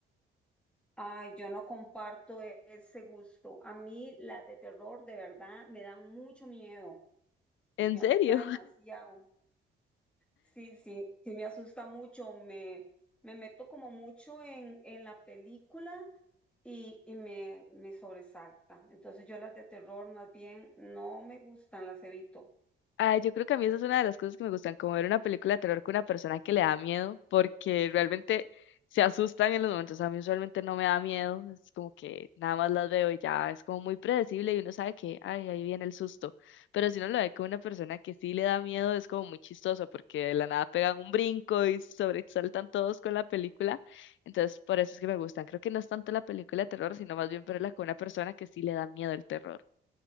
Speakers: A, in the centre; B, on the left.
A: Ay, yo no comparto e- ese gusto. A mí las de terror de verdad me dan mucho miedo
B: ¿En
A: y me
B: serio?
A: asusta demasiado. Sí, sí, sí me asusta mucho, me, me meto como mucho en, en la película y, y me, me sobresalta. Entonces yo las de terror más bien no me gustan, las evito. <laughs>
B: Ah, yo creo que a mí esa es una de las cosas que me gustan, como ver una película de terror con una persona que le da miedo, porque realmente se asustan en los momentos. A mí usualmente no me da miedo, es como que nada más las veo y ya es como muy predecible y uno sabe que, ay, ahí viene el susto. Pero si uno lo ve con una persona que sí le da miedo, es como muy chistoso, porque de la nada pegan un brinco y se sobresaltan todos con la película. Entonces, por eso es que me gustan. Creo que no es tanto la película de terror, sino más bien verla con una persona que sí le da miedo el terror.